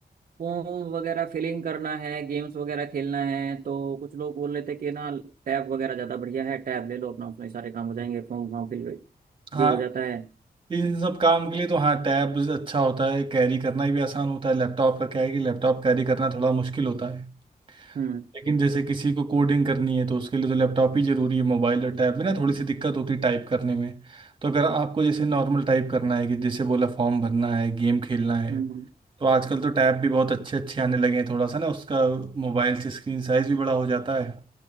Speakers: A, on the right; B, on the right.
A: फोन वगैरह फिलिंग करना है गेम्स वगैरह खेलना है तो कुछ लोग बोल रहे थे कि ना टैब वगैरह ज़्यादा बढ़िया है टैब ले लो अपना उसमें सारे काम हो जाएंगे फॉर्म वॉर्म फिल भी
B: हाँ
A: भी हो जाता है
B: इन सब काम के लिए तो हाँ टैब अच्छा होता है कैरी करना भी आसान होता है लैपटॉप का क्या है कि लैपटॉप कैरी करना थोड़ा मुश्किल होता है
A: हम्म
B: लेकिन जैसे किसी को कोडिंग करनी है तो उसके लिए तो लैपटॉप ही जरूरी है मोबाइल और टैब में ना थोड़ी सी दिक्कत होती है टाइप करने में तो अगर आपको जैसे नॉर्मल टाइप करना है कि जैसे बोला फॉर्म भरना है गेम खेलना है
A: हम्म हम्म
B: तो आजकल तो टैब भी बहुत अच्छे अच्छे आने लगे हैं थोड़ा सा ना उसका मोबाइल से स्क्रीन साइज भी बड़ा हो जाता है